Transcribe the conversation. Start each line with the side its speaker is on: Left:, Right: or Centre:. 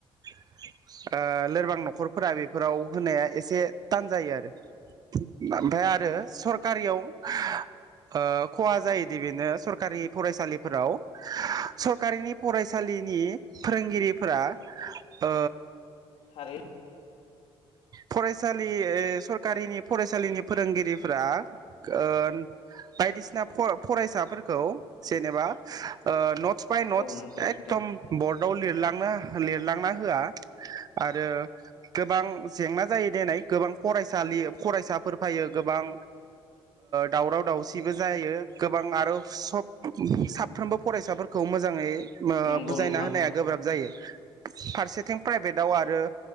Right: ओ लोरबां न'खरफोरा बेफोराव होनाया एसे थान जायो आरो ओमफ्राय आरो सरखारियाव ओ खहा जायोदि बेनो सरखारि फरायसालिफोराव सरकारिनि फरायसालिनि फोरोंगिरिफोरा ओ
Left: थारै
Right: फराय सालि इ सरकारिनि फरायसालिनि फोरोंगिरिफोरा ओ बायदिसिना फ फरायसाफोरखौ जेनेबा ओ नथ नटस बाय नटस
Left: औ नंगौ
Right: एकदम
Left: नोंथां
Right: बर्डआव लिरलाङो। लिरलांना होया आरो गोबां जेंना जायो देनाय गोबां फरायसालि फरायसाफोर फायो गोबां दावराव दावसिबो जायो गोबां आरो सब साफ्रोमबो फरायसाफोरखौ मोजाङै ओ
Left: नंगौ
Right: बुजायना
Left: नोंथां
Right: होनाया गोब्राब जायो। फारसेथिं प्राइभेटाव आरो